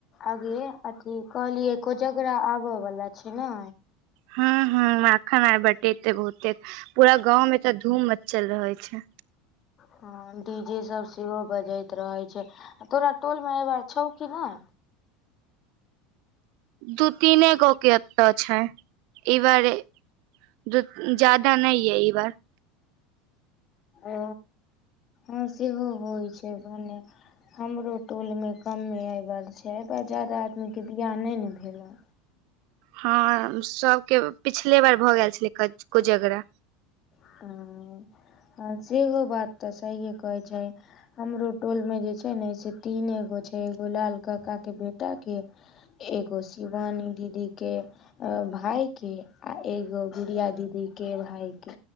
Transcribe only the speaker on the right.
हँ ह मखन आ बटेते बहुतेक पूरा गाँंव मे तऽ धूम मच्चल रहे छे।
दू तिनेे गो एतो छै ई बार ए दु जादा नयै अइ ई बार।
हँ सबके पिछले बेर भऽ गेल छेलेेै कोज-कोजगरा।